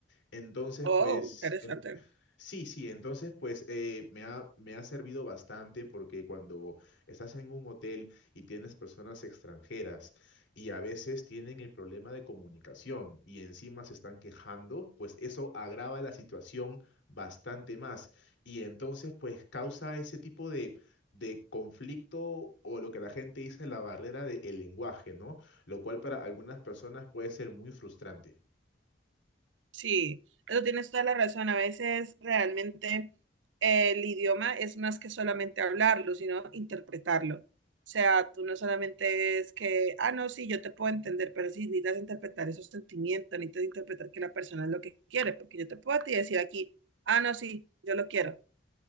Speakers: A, on the left; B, on the right.
A: Entonces,
B: Oh,
A: pues,
B: interesante.
A: en- Sí, sí, entonces pues eh, me ha, me ha servido bastante porque cuando estás en un hotel y tienes personas extranjeras y a veces tienen el problema de comunicación y encima se están quejando, pues eso agrava la situación bastante más y entonces pues causa ese tipo de, de conflicto o lo que la gente dice la barrera del lenguaje, ¿no? Lo cual para algunas personas puede ser muy frustrante.
B: Sí, eso tienes toda la razón. A veces realmente eh, el idioma es más que solamente hablarlo, sino interpretarlo. O sea, tú no solamente es que, ah, no, sí, yo te puedo entender, pero sí necesitas interpretar esos sentimientos, necesitas interpretar que la persona es lo que quiere, porque yo te puedo a ti decir aquí, ah, no, sí, yo lo quiero,